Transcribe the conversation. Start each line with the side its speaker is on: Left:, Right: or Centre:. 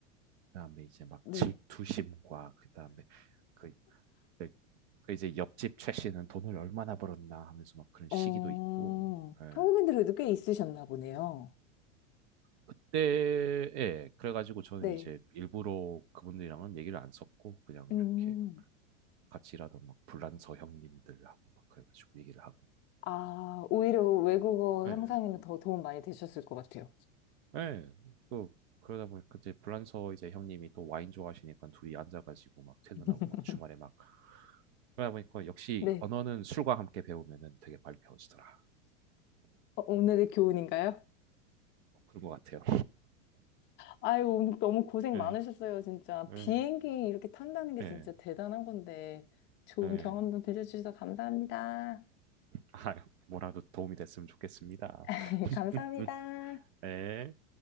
Right: 그다음에 이제 막
Left: 네.
Right: 질투심과 그다음에 그, 그, 그 이제 옆집 최 씨는 돈을 얼마나 벌었나 하면서 막 그런 시기도
Left: 어,
Right: 있고 예.
Left: 한국인들도 꽤 있으셨나 보네요.
Right: 그때에 그래가지고 저는
Left: 네.
Right: 이제 일부러 그분들이랑은 얘기를 안 썼고 그냥
Left: 음.
Right: 이렇게 같이 일하던 막 불란서 형님들하고 막 그래가지고 얘기를 하고
Left: 아, 오히려 외국어
Right: 예.
Left: 향상에는 더 도움 많이 되셨을 것 같아요.
Right: 예. 그 그러다 보니까 그때 불란서 이제 형님이 또 와인 좋아하시니까 둘이 앉아가지고 막 퇴근하고
Left: <laughs>
Right: 막 주말에 막 그러다 보니까 역시
Left: 네.
Right: 언어는 술과 함께 배우면은 되게 빨리 배워지더라고요.
Left: 어, 오늘의 교훈인가요?
Right: 어, 그런 것 같아요.
Left: 아유, 오늘 너무 고생
Right: 네,
Left: 많으셨어요, 진짜.
Right: 네,
Left: 비행기 이렇게 탄다는 게
Right: 네,
Left: 진짜 대단한 건데, 좋은
Right: 네.
Left: 경험도 들려주셔서 감사합니다.
Right: 아, 뭐라도 도움이 됐으면 좋겠습니다.
Left: <laughs>
Right: <laughs>
Left: 감사합니다.
Right: 네.